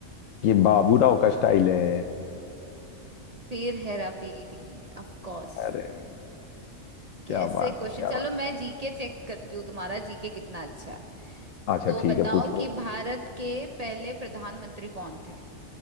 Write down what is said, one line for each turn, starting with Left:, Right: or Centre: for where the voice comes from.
Left: ये बाबूराव का स्टाइल है
Right: फिर हेरा फेरी ऑफ कोर्स
Left: अरे
Right: कैसे
Left: क्या बात
Right: क्वेश्चन
Left: है क्या
Right: चलो
Left: बात
Right: मैं जीके चेक करती हूँ तुम्हारा जीके कितना अच्छा है
Left: अच्छा
Right: तो
Left: ठीक
Right: बताओ
Left: है पूछो
Right: कि भारत के पहले प्रधानमंत्री कौन थे